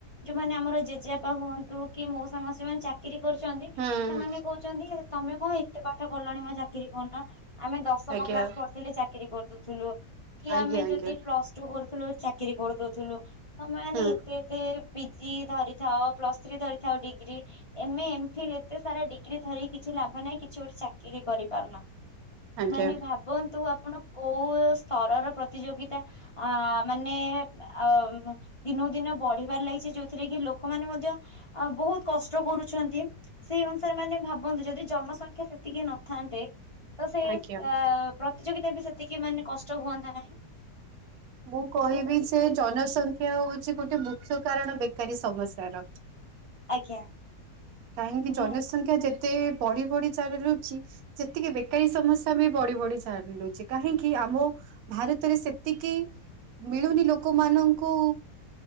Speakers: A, on the left; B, on the right.
A: ଯୋଉମାନେ ଆମର ଜେଜେବାପା ହୁଅନ୍ତୁ କି ମଉସା ମାଉସୀ ମାନେ ଚା ଚାକିରି କରୁଛନ୍ତି
B: ହୁଁ
A: ସେମାନେ କହୁଛନ୍ତି ତମେ କଣ ଏତେ ପାଠ ପଢିଲଣି ମୋ ଚାକିରି କରିନ। ଆମେ ଦଶମ
B: ଆଜ୍ଞା।
A: କ୍ଲାସ ପଢିଥିଲେ ଚାକିରୀ କରିଦଉଥିଲୁ, କି
B: ଆଜ୍ଞା
A: ଆମେ
B: ଆଜ୍ଞା
A: ଯଦି ପ୍ଲସ ପ୍ଲସ୍ ଟୁ କରୁଥିଲୁ ଚାକିରି କରିଦଉଥିଲୁ ତମେ ଅନାନି
B: ହୁଁ
A: ସେ ଏତେ ପିଜି ଧରିଥାଉ ପ୍ଲସ୍ ଥ୍ରୀ ଧରିଥାଉ degree M A M Phil ଏତେ ସାରା ଡିଗ୍ରୀ ଧରିକି କିଛି ଲାଭ ନାହିଁ, କିଛି ଗୋଟେ ଚାକିରି କରିପାରୁନ।
B: ଆଜ୍ଞା।
A: ମାନେ ଭାବନ୍ତୁ ଆପଣ କୋଉ ସ୍ତରର ପ୍ର ପ୍ରତିଯୋଗିତା ଆ ମାନେ ଅ ଦିନକୁ ଦିନ ବଢିବାର ଲାଗିଛି ଯୋଉଥିରେ କି ଲୋକମାନେ ମଧ୍ୟ ଅ ବହୁତ କଷ୍ଟ କରୁଛନ୍ତି। ସେଇ ଅନୁସାରେ ମାନେ ଭାବନ୍ତୁ ଯଦି ଜନସଂଖ୍ୟା ସେତିକି ନଥାନ୍ତେ, ତ ସେ
B: ଆଜ୍ଞା।
A: କା ପ୍ରତିଯୋଗିତା ବି ସେତିକି ମାନେ କଷ୍ଟ ହୁଅନ୍ତା ନାହିଁ।
B: ମୁଁ କହିବି
A: ଯେହେତୁ
B: ଯେ, ଜନସଂଖ୍ୟା ହଉଛି ଗୋଟେ ମୁଖ୍ୟ କାରଣ ବେକାରୀ ସମସ୍ୟାର।
A: ଆଜ୍ଞା
B: କାହିଁକି
A: ନିହା
B: ଜନସଂଖ୍ୟା ଯେତେ ବଢି ବଢି ଚାଲୁରଛି ସେତିକି ବେକାରୀ ସମସ୍ୟା ବି ବଢି ବଢି ଚାଲୁଛି, କାହିଁକି ଆମ ଭାରତରେ ସେତିକି ମିଳୁନି ଲୋକମାନଙ୍କୁ